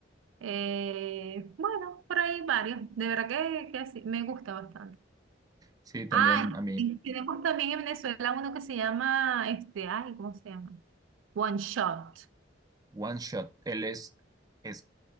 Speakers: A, on the right (about 85°); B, on the right (about 20°).
A: Eh, bueno, por ahí varios, de verdad que, que sí, me gusta bastante.
B: Sí, también
A: Ah,
B: a mí.
A: y tenemos también en Venezuela uno que se llama, este, ay, ¿cómo se llama? One Shot.
B: One Shot. Él es, es